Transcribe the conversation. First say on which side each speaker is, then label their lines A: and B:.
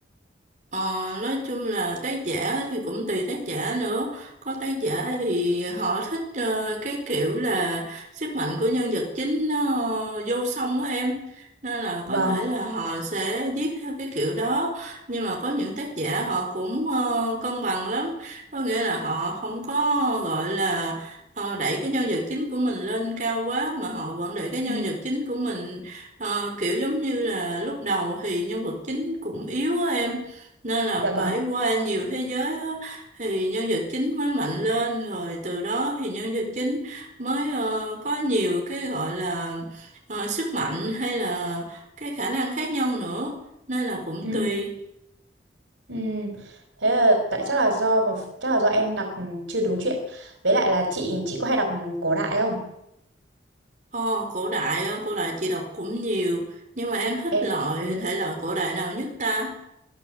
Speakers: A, on the right; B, on the right.
A: Ờ, nói chung là tác giả thì cũng tùy tác giả nữa có tác giả thì họ thích ờ, cái kiểu là sức mạnh của nhân vật chính nó ờ, vô song á em nên là
B: vâng
A: có thể là họ sẽ viết theo cái kiểu đó nhưng mà có những tác giả họ cũng ờ, cân bằng lắm có nghĩa là họ không có gọi là ờ, đẩy cái nhân vật chính của mình lên cao quá mà họ vẫn để cái nhân
B: Ừ.
A: vật chính của mình ờ, kiểu giống như là lúc đầu thì nhân vật chính cũng yếu á em nên là
B: dạ vâng
A: phải qua nhiều thế giới á, thì nhân vật chính mới mạnh lên rồi từ đó thì nhân vật chính mới ờ, có nhiều cái gọi là ờ, sức mạnh hay là cái khả năng khác nhau nữa nên là cũng
B: Ừ.
A: tùy
B: ừ. thế là, tại chắc là do mà chắc là do em đọc chưa đúng chuyện với lại là chị chị có hay đọc cổ đại không
A: Ồ, cổ đại á, cổ đại chị đọc cũng nhiều nhưng mà em thích
B: em
A: loại
B: cũng thế
A: thể loại cổ đại nào nhất ta